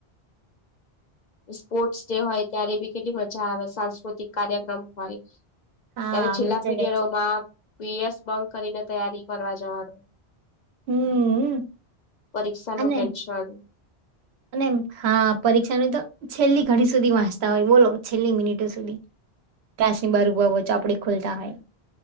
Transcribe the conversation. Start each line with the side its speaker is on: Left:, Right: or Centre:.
Left: સ્પોર્ટસ ડે હોય ત્યારે બી કેટલી મજા આવે, સાંસ્કુતિક કાર્યક્રમ હોય.
Right: હા
Left: ત્યારે છેલ્લા
Right: મજા
Left: પીરિયડોમાં
Right: જ આઈ જાય છે
Left: પીઅસ બંધ કરીને, તૈયારી કરવા જવાનું.
Right: હમ
Left: પરીક્ષા નુ
Right: અને
Left: ટેન્શન.
Right: અને હા પરીક્ષાની તો છેલ્લી ઘડી સુધી વાંસચતા હોય બોલો છેલ્લી મિનિટો સુધી. ત્યાંસી બરુબ ઓ ચોપડી ખોલતા હોય.